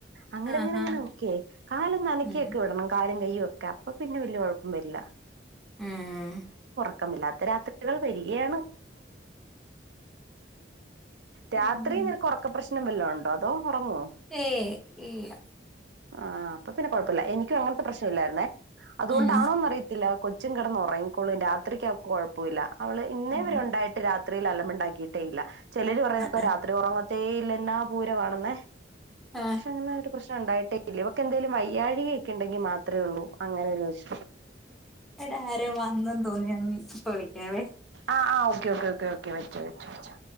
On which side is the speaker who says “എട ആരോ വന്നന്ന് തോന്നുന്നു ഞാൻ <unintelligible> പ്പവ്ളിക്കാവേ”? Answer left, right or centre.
Centre